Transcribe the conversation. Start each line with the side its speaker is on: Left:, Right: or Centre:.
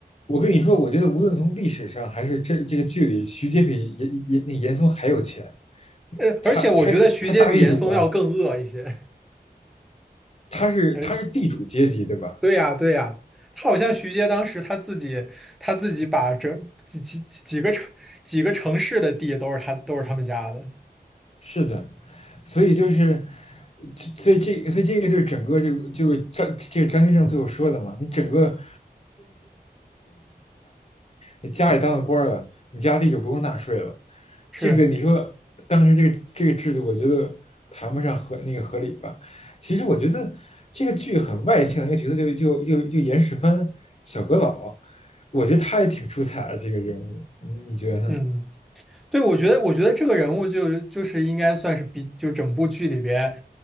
Left: 我跟你说，我觉得无论从历史上还是这这个剧里，徐阶比严严那严嵩还有钱，
Centre: 呃，
Left: 他他他大地主啊，
Centre: 而且我觉得徐阶比严嵩要更恶一些。
Left: 他是他是地主阶级，
Centre: <laughs>
Left: 对吧？
Centre: 对呀，对呀，他好像徐阶当时他自己他自己把整几几几个城几个城市的地都是他都是他们家的，
Left: 是的，所以就是，所以这所以这个就是整个就就是张这个张居正最后说的嘛，你整个你家里当了官儿了，你家地就不用纳税了。
Centre: 是，
Left: 这个你说当时这个这个制度，我觉得谈不上合那个合理吧。其实我觉得这个剧很外向的一个角色就就就就严世蕃小阁老，我觉得他也挺出彩的这个人物，你你觉得呢？
Centre: 嗯，对，我觉得我觉得这个人物就就是应该算是比就整部剧里边，